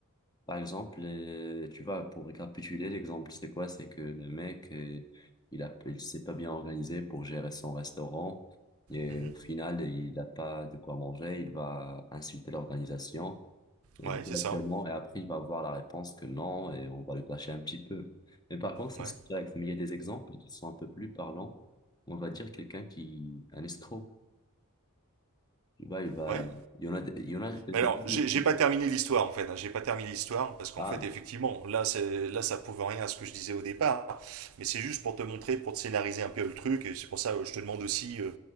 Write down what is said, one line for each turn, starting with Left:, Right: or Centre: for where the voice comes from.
Left: Par exemple, euh, tu vois, pour récapituler, l'exemple, c'est quoi? C'est que le mec, euh, il a, il s'est pas bien organisé pour gérer son restaurant et
Right: Mhm.
Left: au final, il n'a pas de quoi manger, il va insulter l'organisation et
Right: Ouais,
Left: directement
Right: c'est ça.
Left: et après, il va avoir la réponse que non et on va le clasher un petit peu. Mais par contre, ça,
Right: Ouais.
Left: c'est direct. Mais il y a des exemples qui sont un peu plus parlants. On va dire quelqu'un qui, un escroc. Tu vois, il va,
Right: Ouais.
Left: il y en a, il y en a quelques-uns
Right: Alors,
Left: qui,
Right: j'ai j'ai
Left: qui-
Right: pas terminé l'histoire en fait. hein. J'ai pas terminé l'histoire parce qu'en
Left: ah,
Right: fait, effectivement, là, c'est là, ça prouve rien à ce que je disais au départ. Mais c'est juste pour te montrer, pour te scénariser un peu le truc. Et c'est pour ça, euh, je te demande aussi euh,